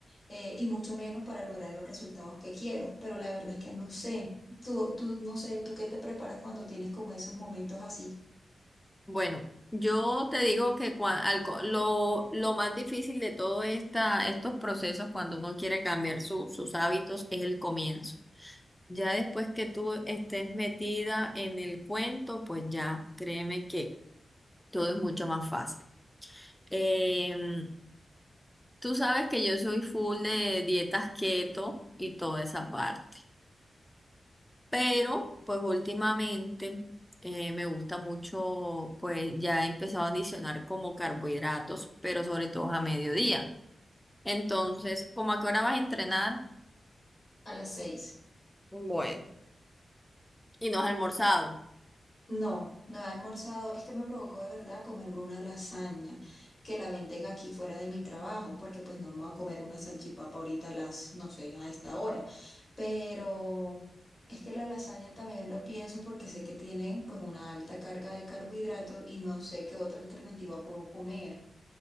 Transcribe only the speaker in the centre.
Bueno, yo te digo que cua- al co- lo, lo más difícil de todos estos procesos cuando uno quiere cambiar su- sus hábitos es el comienzo. Ya después que tú estés metida en el cuento, pues ya, créeme que todo es mucho más fácil. Em, tú sabes que yo soy full de dietas keto y toda esa parte, pero pues últimamente eh, me gusta mucho, pues ya he empezado a adicionar como carbohidratos, pero sobre todo a mediodía. Entonces, ¿cómo a qué hora vas a entrenar?
Bueno. Y no has almorzado.